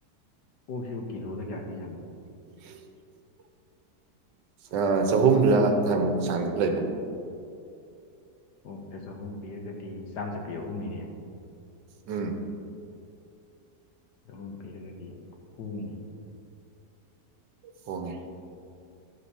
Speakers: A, on the left; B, on the right.
A: ꯑꯣꯛ ꯁꯤꯕꯨ ꯀꯤꯂꯣꯗ ꯀꯌꯥ ꯄꯤꯖꯥꯅꯣ
B: <inaudible> ꯑꯥ ꯆꯍꯨꯝꯂꯥ ꯑꯗꯥꯏꯃꯨꯛ ꯆꯥꯡꯗ ꯂꯩꯕꯅꯤ
A: ꯑꯣꯛꯇ ꯆꯍꯨꯝ ꯄꯤꯔꯒꯗꯤ ꯆꯥꯝ ꯆꯠꯄꯤ ꯑꯍꯨꯝꯅꯤꯅꯦ
B: ꯎꯝ
A: ꯆꯥꯍꯨꯝ ꯄꯤꯔꯒꯗꯤ ꯍꯣꯡꯉꯤꯅꯦ
B: ꯍꯣꯡꯉꯦ